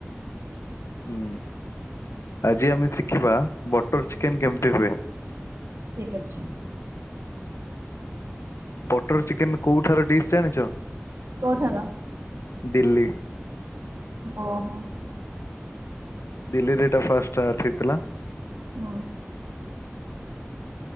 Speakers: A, on the left; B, on the right.
A: ହୁଁ ଆଜି ଆମେ ଶିଖିବା ବଟର ଚିକେନ କେମିତି ହୁଏ।
B: ଠିକ ଅଛି।
A: ବଟର ଚିକେନ କୋଉଠାର ଡିସ୍ ଜାଣିଚ?
B: କୋଉଠାର?
A: ଡିଲ୍ଲୀ।
B: ଓହୋ।
A: ଡିଲ୍ଲୀରେ ଏଟା ଫାଷ୍ଟ ଷ୍ଟାର୍ଟ ହେଇଥିଲା।
B: ହଁ।